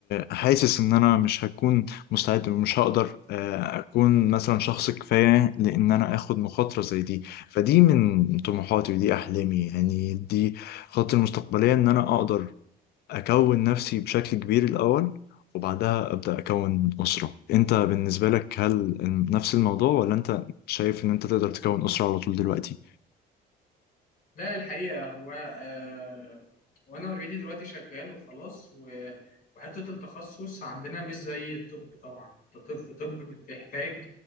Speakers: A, on the left (about 70°); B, on the left (about 55°).
A: حاسس ان انا مش هكون مستعد ومش هقدر آه، اكون مثلا شخص كفايه لان انا اخد مخاطره زي دي فدي من طموحاتي ودي احلامي يعني دي خطتي المستقبليه ان انا اقدر أكون نفسي بشكل كبير الأول وبعدها أبدأ أكون أسرة أنت بالنسبة لك هل نفس الموضوع ولا أنت شايف إن أنت تقدر تكون أسرة على طول دلوقتي؟
B: لا الحقيقة هو آه وأنا أوريدي دلوقتي شغال وخلاص و- وحتة التخصص عندنا مش زي الطب طبعا أنت طب طب بتحتاج